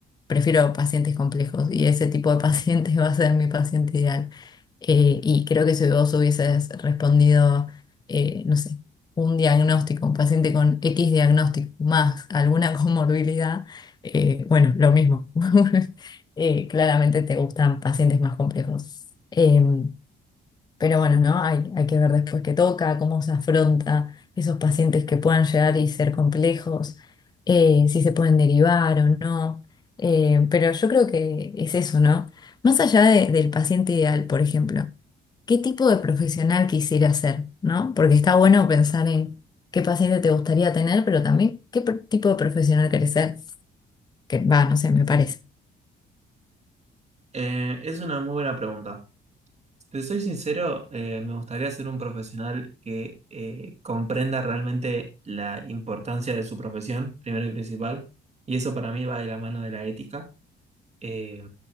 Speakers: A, on the left; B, on the right.
A: prefiero pacientes complejos y ese tipo de paciente <laughs> va a ser mi paciente ideal. Eh, y creo que si vos hubieses respondido, eh, no sé, un diagnóstico, un paciente con X diagnóstico más alguna <laughs> comorbilidad, eh, bueno, lo mismo. <laughs> eh, claramente te gustan pacientes más complejos. Em, pero bueno, ¿no? Hay, hay que ver después qué toca, cómo se afronta esos pacientes que puedan llegar y ser complejos, eh, si se pueden derivar o no. Em, pero yo creo que es eso, ¿no? Más allá de- del paciente ideal, por ejemplo, ¿qué tipo de profesional quisiera ser, ¿no? Porque está bueno pensar en qué paciente te gustaría tener, pero también qué pro- tipo de profesional querés ser. Que va, no sé, me parece.
B: Eh, es una muy buena pregunta. Si te soy sincero, eh, me gustaría ser un profesional que eh, comprenda realmente la importancia de su profesión, primero y principal, y eso para mí va de la mano de la ética eh,